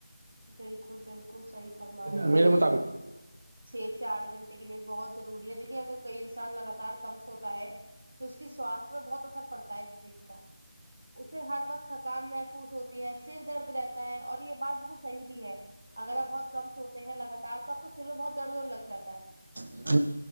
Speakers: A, on the right (about 75°); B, on the right (about 50°).
A: بالکل بالکل صحیح فرما رہے ہیں
B: میرے
A: آپ
B: مطابق
A: بالکل چھ سے آھ گھنٹے کی نیند بہت ضروری ہے دیکھیے اگر کوئی انسان لگاتار کم س ہوتا ہے تو تو اس کی سواستھ پی بہت اثر پڑتا ہے اس چیز کا اسے ہر وقت تھکان محسوس ہوتی ہے سر درد رہتا ہے اور یہ <unintelligible> بات بالکل صحی بھی ہے اگر آپ بہت کم سوتے ہیں لگاتار تو آپ کہ سر میں بہت درد ہونے لگ جاتا ہے <unintelligible>
B: میں